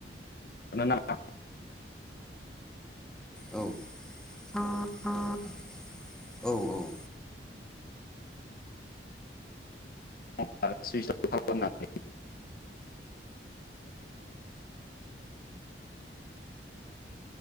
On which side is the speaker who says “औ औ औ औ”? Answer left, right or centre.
Centre